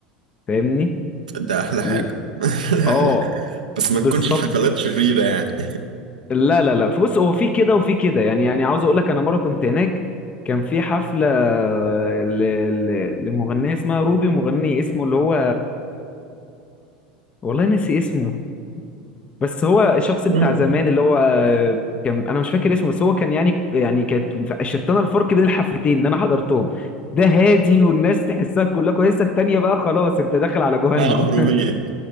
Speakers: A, on the left (about 30°); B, on the right (about 75°).
A: فاهمني
B: ده احلى حاجه
A: و...
B: <laughs>
A: اه
B: بس
A: بالظبط
B: ما تكونش الحفلات شريره يعني
A: لا لا لا بص هو في كده وفي كده يعني يعني عاوز اقول لك انا مره كنت هناك كان في حفله ل... ل... لمغنيه اسمها روبي ومغني اسمه اللي هو والله نسي اسمه بس هو الشخص بتاع
B: المهم
A: زمان اللي هو كان انا مش فاكر اسمه بس هو كان يعني يعني كانت شتانه الفرق بين الحفلتين ان انا حضرتهم ده هادي والناس تحسها كلها كويسه التانيه بقى خلاص انت داخل على جهنم
B: لا روبي